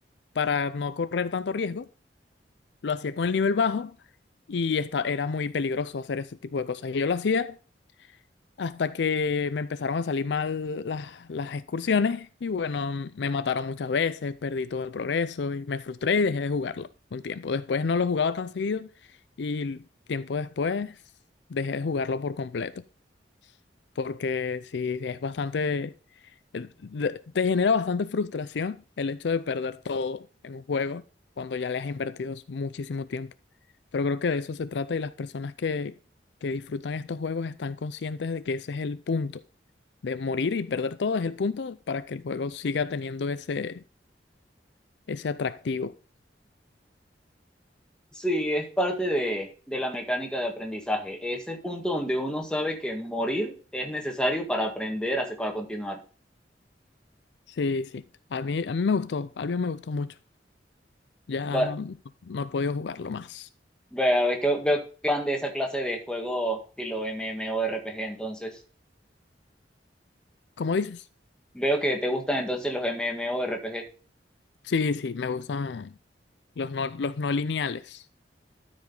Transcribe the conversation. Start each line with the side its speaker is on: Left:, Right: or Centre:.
Left: para no correr tanto riesgo, lo hacía con el nivel bajo y esta, era muy peligroso hacer ese tipo de cosas. Y yo lo hacía hasta que me empezaron a salir mal las, las excursiones y bueno, me mataron muchas veces, perdí todo el progreso y me frustré y dejé de jugarlo un tiempo. Después no lo jugaba tan seguido y tiempo después dejé de jugarlo por completo porque sí, es bastante, eh, de- te genera bastante frustración el hecho de perder todo en un juego cuando ya le has invertido muchísimo tiempo. Pero creo que de eso se trata y las personas que, que disfrutan estos juegos están conscientes de que ese es el punto, de morir y perder todo es el punto para que el juego siga teniendo ese, ese atractivo.
Centre: Sí, es parte de, de la mecánica de aprendizaje. Ese punto donde uno sabe que morir es necesario para aprender a, se- a continuar.
Left: Sí, sí, a mí, a mí me gustó, Albion me gustó mucho. Ya
Centre: Va-
Left: no he podido jugarlo más.
Centre: vea, ve que- veo que van de esa clase de juego estilo MMORPG, entonces.
Left: ¿Cómo dices?
Centre: Veo que te gustan entonces los MMORPG.
Left: Sí, sí, me gustan. los no, los no lineales,